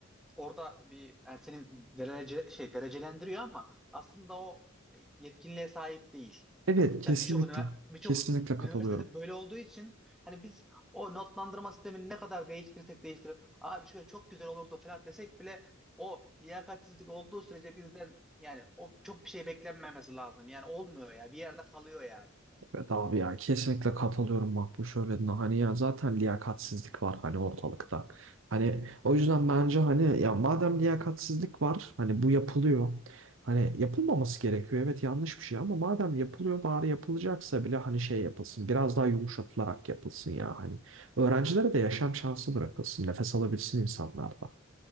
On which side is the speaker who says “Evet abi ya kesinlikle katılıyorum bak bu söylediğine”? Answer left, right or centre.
Right